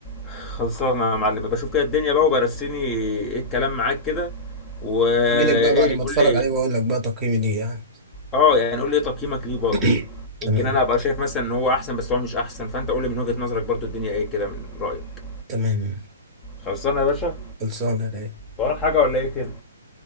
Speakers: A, on the left (about 15°); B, on the right (about 20°).
A: خلصانه يا معلم بشوف كده الدنيا بقى وبرسيني ايه الكلام معاك كده وايه
B: اجي لك بقى بعد ما
A: قول
B: اتفرج
A: لي
B: عليه واقول لك بقى تقييمي ليه يعني
A: اه يعني قول لي ايه تقييمك ليه برضه
B: <coughs> <clears throat>
A: يمكن
B: تمام
A: انا ابقى شايف مثلا ان هو احسن بس هو مش احسن فانت قول لي من وجهة نظرك برضه الدنيا ايه كده من رايك
B: تمام
A: خلصانه يا باشا
B: خلصانه يا رايق
A: وراك حاجة ولا ايه كده؟